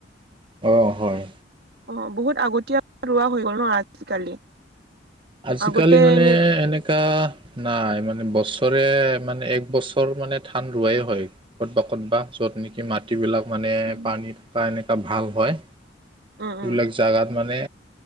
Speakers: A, on the right; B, on the right.
A: অ হয়।
B: অ বহুত আগতীয়া ৰোৱা হৈ গ'ল ন আজিকালি।
A: আজিকালি
B: আগতে
A: মানে
B: এনে
A: এনেকা। নাই মানে বছৰে মানে এক বছৰ মানে ধান ৰোৱাই হয়। ক'ত বা ক'ত বা য'ত নেকি মাট। টি বিলাক মানে
B: উম
A: পানী থকা এনেকুৱা ভাল হয়
B: উম
A: সেইবিলাক।
B: উম
A: জাগাত মানে